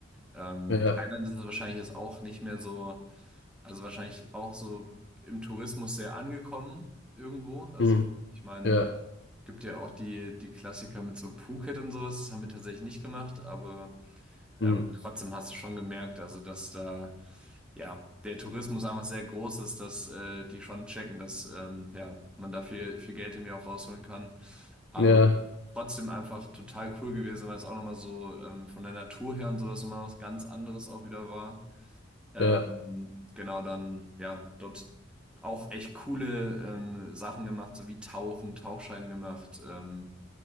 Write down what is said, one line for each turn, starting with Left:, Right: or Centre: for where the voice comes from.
Centre: Ähm,
Left: ja,
Centre: Thailand ist wahrscheinlich jetzt auch nicht mehr so, also wahrscheinlich auch so im Tourismus sehr angekommen irgendwo. Also
Left: mhm.
Centre: ich meine,
Left: ja,
Centre: gibt ja auch die, die Klassiker mit so Phuket und sowas, das haben wir tatsächlich nicht gemacht, aber ähm,
Left: mhm.
Centre: trotzdem hast du schon gemerkt, also dass da ja der Tourismus einfach sehr groß ist, dass äh, die schon checken, dass ähm, ja, man da viel, viel Geld irgendwie auch rausholen kann. Aber
Left: ja,
Centre: trotzdem einfach total cool gewesen, weil es auch nochmal so ähm, von der Natur her und sowas nochmal was ganz anderes auch wieder war. Ähm,
Left: ja,
Centre: genau, dann, ja, dort auch echt coole ähm, Sachen gemacht, so wie Tauchen, Tauchschein gemacht, ähm,